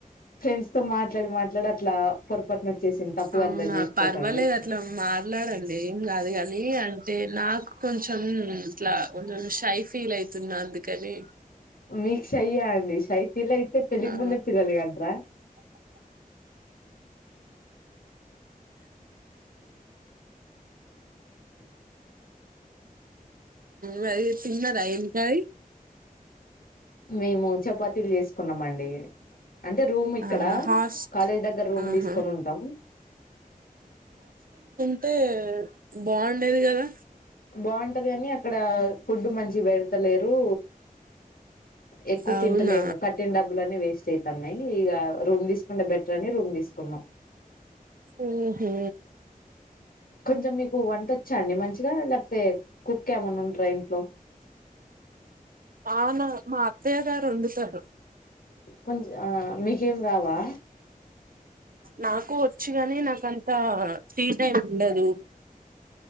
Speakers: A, on the left (about 85°); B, on the right (about 70°).
A: ఫ్రెండ్స్ తో మాట్లాడి మాట్లాడి అట్లా పొరపాటున వచ్చేసింది తప్పుగా
B: అవునా
A: అర్థం చేసుకోకండి
B: పర్వాలేదు అట్లా మట్లాడండి ఏం కాదు కానీ అ అయినాకు కొంచం ఇట్లా కొంచం షై ఫీల్ అవుతున్నందు కది
A: మీ షైయ్యా అండి షై పిల్ అయితే పెళ్లికి
B: ఆ
A: ముందే పిల్లలిగాంట్రా
B: మరి తిన్నదయింకా
A: మేము చపాతీలు చేస్తూ కున్నాం అండి అంటే రూమ్ ఇక్కడ
B: అవునా హాస్ట్
A: కాలేజ్ దగ్గర రూమ్
B: ఆహా
A: తీసుకొని ఉంటాం
B: అంటతే బాగుండేది కదా
A: బాగుంటది కాని అక్కడ ఫుడ్ మంచి పెడతలేరు ఎక్కువ
B: అవునా
A: తింటలేము కట్టిన డబ్బులు అన్నీ వేస్ట్ అయితయి నయ్ ఇగా రూమ్ తీసుకుంటే బెటర్ అని రూమ్ తీసుకు క్కన్నా
B: ఊహూ
A: కొంచెం మీకు వంట వచ్చండి మంచి లేకపోతే కుక్ ఎమన్నా ఉంటారా ఇంట్లో
B: అవునా మా అత్తయ్య గారు వండుతారు
A: కొంచెం ఆ మీకు మీకేం రావా
B: నాకు వచ్చుగాని నాకంత ఫ్రీ టైం ఉండదు